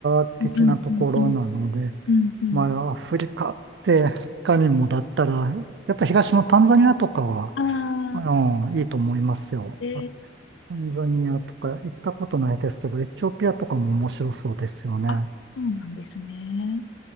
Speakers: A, on the right; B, on the left.
A: パ的なところなので、
B: うんうんうんうん。うんうん。
A: まあ、アフリカって、他にもだったら、やっぱ東のタンザニアとかは、
B: ああ、
A: うん、いいと思いますよ。
B: ええ
A: あタンザニアとか行ったことないですけど、エチオピアとかも面白そうですよね。
B: あ、そうなんですね。